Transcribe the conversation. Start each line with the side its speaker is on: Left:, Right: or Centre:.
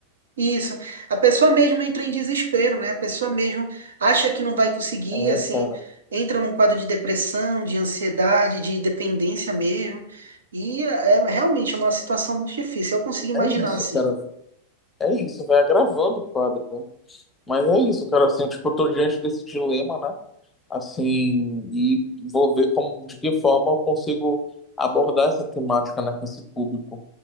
Right: Isso. A pessoa mesmo entra em desespero, né? A pessoa mesmo acha que não vai conseguir,
Left: É,
Right: assim,
Left: cara.
Right: entra num quadro de depressão, de ansiedade, de dependência mesmo. E é é, realmente é uma situação muito difícil. Eu consigo imaginar
Left: É isso,
Right: assim.
Left: cara. É isso, vai agravando o quadro, né? Mas é isso, cara. Assim, tipo, eu tô diante desse dilema, né? Assim, e vou ver como, de que forma eu consigo abordar essa temática, né, com esse público.